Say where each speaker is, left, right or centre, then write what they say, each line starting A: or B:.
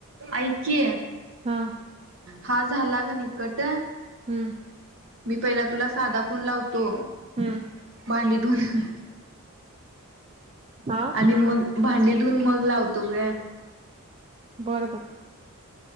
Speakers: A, on the right; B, on the right.
A: ऐक की
B: हा
A: हा झाला की नी कट
B: हम्म
A: मी पहिला तुला साधा फोण लावतो
B: हम्म
A: भांडी धु ह
B: हां
A: आणि मग भांडीतऊून मग लावतो व
B: बर बर